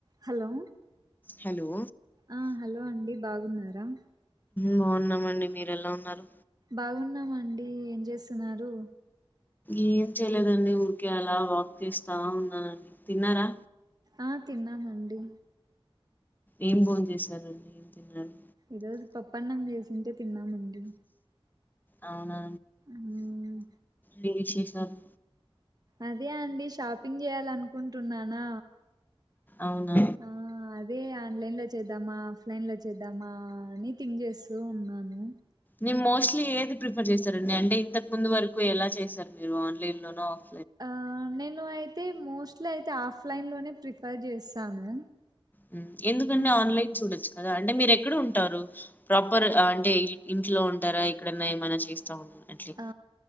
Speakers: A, on the right (about 45°); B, on the left (about 20°).
A: Hello
B: hello
A: ఆ hello అండి బాగున్నారా
B: బాగున్నామండి మీర ఎలా ఉన్నారు
A: బాగున్నామండి ఏం చేస్తున్నారు
B: ఏం చేయలేదండి ఊరికే అలా వాక్ చేస్తా ఉన్నానండి తిన్నారా
A: ఆ తిన్నామండి
B: ఏం బొంచేశారు ఏం తిన్నారు
A: ఈ రోజు పప్పన్నం చేసింటే తిన్నామండి
B: అవునా
A: మ్మ్
B: విశేషం ఉమ్
A: అదే అండి షాపింగ్ చేయాలనుకుంటున్నానా
B: అవునా
A: ఆ అదే ఆన్లైన్ లో చేద్దామా ఆఫ్లైన్ లో చేద్దామా అని థింగ్ చేస్తూ ఉన్నాను
B: నీ మోస్ట్లీ ఏది ప్రిఫర్ చేస్తారండి అంటే ఇంతకు ముందు వరకు ఎలా చేశారు మీరు ఆన్లైన్ లోన ఆఫ్
A: ఆ నేను అయి తే మోస్ట్లీ అయితే ఆఫ్లైన్ లోనే ప్రిఫర్ చేస్తాను
B: ఉం ఎందుకండి
A: మ్మ్
B: ఆన్లైన్ చూడొచ్చు కదా అండి మీరు ఎక్కడ ఉంటారు ప్రాపర్ అంటే ఇంట్లో ఉంటారా ఎక్కడన్నా ఏమైనా చేస్తా ఉన్నారా అట్లా
A: ఆ